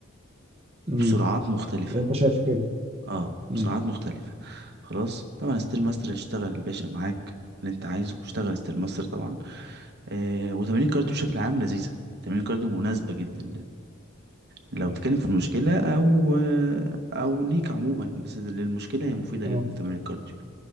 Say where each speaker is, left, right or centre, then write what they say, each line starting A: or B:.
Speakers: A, on the right; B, on the right.
A: مم.
B: وبسرعات مختلفة
A: يعني انت شايف كده
B: اه
A: مم.
B: بسرعات مختلفة خلاص طبعا ستير ماستر اشتغل الباشا معاك اللي انت عايزه اشتغل ستير ماستر طبعا آه وتمارين الكارديو بشكل عام لذيذة تمارين الكارديو مناسبة جدا لو تتكلم في المشكلة أو أو ليك عموما بس للمشكلة هي مفيدة
A: اه
B: جدا تمارين الكارديو